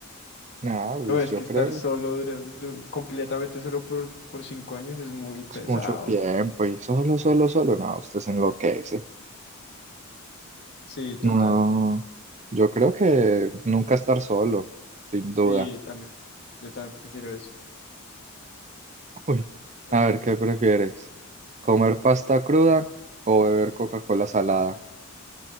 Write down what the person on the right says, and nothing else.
No, pues
yo
creo.
Es mucho tiempo y solo, solo, solo, no, usted se enloquece.
No, yo creo que nunca estar solo, sin duda.
Uy,
a ver, ¿qué prefieres? ¿Comer pasta cruda o beber Coca-Cola salada?